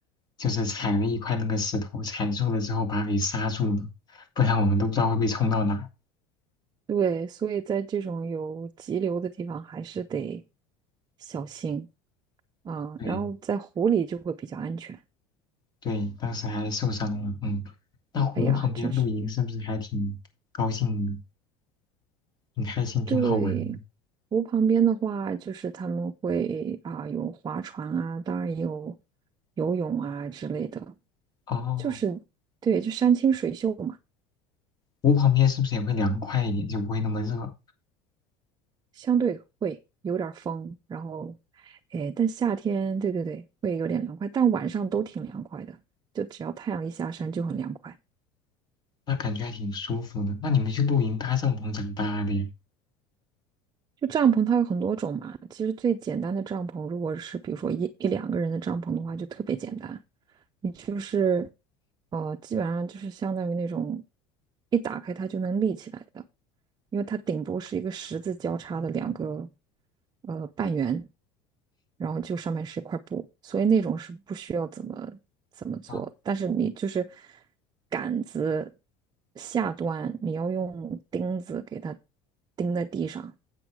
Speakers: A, on the left; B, on the right.
A: 就是踩了一块那个石头，踩住了之后把它给刹住了，不然我们都不知道会被冲到哪儿
B: 对，所以在这种有急流的地方，还是得小心啊，
A: 对
B: 然后在湖里就会比较安全。
A: 对，当时还受伤了，嗯。那湖旁边露营是不是还挺高兴的？
B: 哎呀，真是。
A: 很开心，挺好玩的。
B: 对，湖旁边的话，就是他们会啊、有划船啊，当然也有游泳啊之类的，
A: 哦，
B: 就是对，就山清水秀嘛，
A: 我旁边是不是也会凉快一点，就不会那么热？
B: 相对会有点儿风，然后哎，但夏天对对对会有点凉快，但晚上都挺凉快的，就只要太阳一下山就很凉快。
A: 那感觉还挺舒服的。那你们去露营搭帐篷怎么搭的呀？
B: 就帐篷它有很多种嘛，其实最简单的帐篷，如果是比如说一一两个人的帐篷的话，就特别简单。你就是，呃，基本上就是相当于那种一打开它就能立起来的，因为它顶部是一个十字交叉的两个呃半圆，然后就上面是一块布，所以那种是不需要怎么怎么做，
A: 哦
B: 但是你就是杆子下端你要用钉子给它钉在地上，